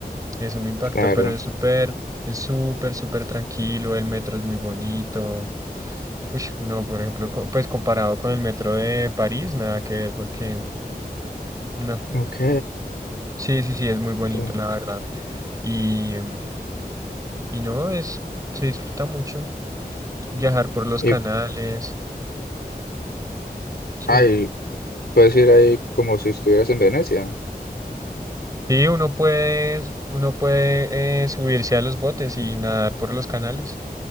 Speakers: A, on the right; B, on the left.
A: Eso me impactó,
B: claro,
A: pero es súper, es súper, súper tranquilo, el metro es muy bonito. Uy, no, por ejemplo, co- pues comparado con el metro de París, nada que ver, porque no.
B: ok,
A: Sí, sí, sí, es muy bonito,
B: sí.
A: la verdad. Y, mm, y no, es, se disfruta mucho viajar por los
B: Y,
A: canales. Sí.
B: ay, puedes ir ahí como si estuvieras en Venecia.
A: Sí, uno puede, uno puede eh, subirse a los botes y nadar por los canales.